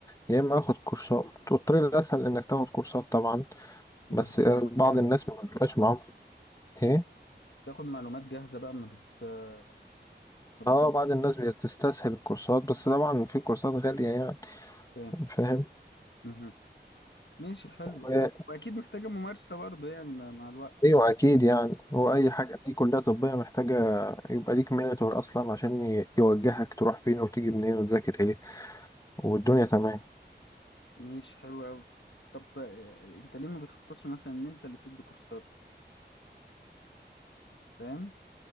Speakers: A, on the left (about 20°); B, on the left (about 80°).
A: يا إما آخد كورسات والطريق الأسهل إنك تاخد كورسات طبعا
B: كده
A: بس
B: تاخد
A: آه،
B: معلومات
A: بعض
B: جاهزه
A: الناس ما بيبقاش معاهم إيه
B: تاخد معلومات جاهزه بقى ما بت آه، ما بتدورش
A: اه بعض الناس بتستسهل الكورسات بس طبعا في كورسات غالية يعني
B: آه،
A: فاهم
B: مهم. ماشي حلو
A: و-
B: آه واكيد محتاجه ممارسه برضو يعني مع مع الوقت
A: ايوه اكيد يعني هو اي حاجة اي كلية طبية محتاجة يبقى ليك مينتور اصلا عشان ي- يوجهك تروح فين وتيجي منين وتذاكر ايه والدنيا تمام
B: ماشي حلو قوي طب آه، انت ليه ما بتخططش مثلا ان انت اللي تدي كورسات فاهم